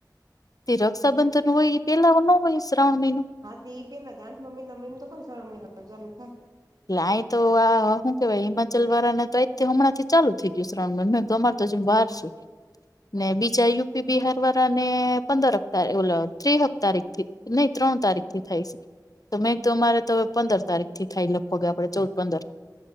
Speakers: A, on the left; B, on the right.
A: તે રક્ષાબંધન હોય એ પેલા ન હોય શ્રાવણ મહિનો
B: હા ઈ પેલા આઠમા મહિનામાં એમ તો કોણ શ્રાવણ મહિનો ચાલુ થાય
A: એટલે આ તો આ હું કેવાય હિમાચલ વાળાને તો હમણાં થી ચાલુ થઈ ગયું શ્રાવણ મ મે અર તો જેમ બાર છે ને બીજા યુપી બિહાર વાળા ને પંદર ઓ ત્રક તારીખ થી નહી ત્રણ તારીખ થી થાઈસ મેં તો અમારે ત પંદર તારીખ થી થાય લખોગ આપડે ચૌદ પંદર